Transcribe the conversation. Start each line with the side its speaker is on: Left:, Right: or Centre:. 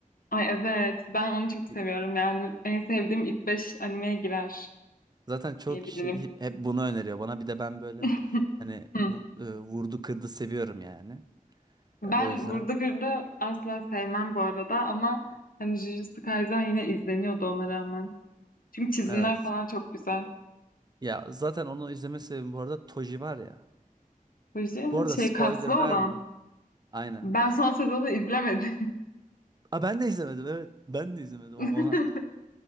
Left: Ay evet. Ben onu çok seviyorum.
Right: E,
Left: Yani en sevdiğim ilk 5 animeye girer
Right: Zaten çok
Left: diyebilirim.
Right: kişi hep, hep bunu öneriyor bana bir de ben böyle
Left: <laughs>
Right: hani
Left: Hı.
Right: bu, e, vurdu kırdı seviyorum yani.
Left: Ben
Right: E, o yüzden
Left: Vurdu Kırdı asla sevmem bu arada ama hani Jujutsu Kaisen yine izleniyordu ona rağmen. Çünkü çizimler
Right: evet.
Left: falan çok güzel.
Right: Ya zaten onu izleme sebebim bu arada Toji var ya.
Left: Fuji şey
Right: Bu arada
Left: şey,
Right: spoiler
Left: kaslı
Right: verme.
Left: olan.
Right: Aynen.
Left: Ben son sezonu izlemedim.
Right: Aa ben de izlemedim evet. Ben de izlemedim
Left: <laughs>
Right: oha.